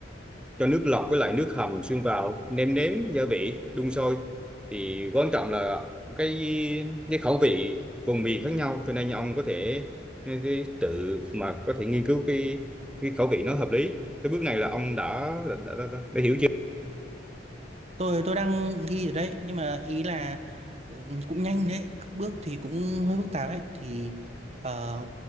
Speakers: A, in the centre; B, on the right.
A: cho nước lọc với lại nước hầm xuyên vào nêm nếm gia vị đun sôi thì quan trọng là cái cái khẩu vị vùng miền khác nhau cho nên ông có thể cái, tự mà có thể nghiên cứu cái cái khẩu vị nó hợp lý tới bước này là ông đã đã, đã, đã, đã hiểu chưa
B: tôi tôi đang ghi rồi đấy nhưng mà ý là ừ, cũng nhanh đấy các bước thì cũng hơi phức tạp đấy thì ờ,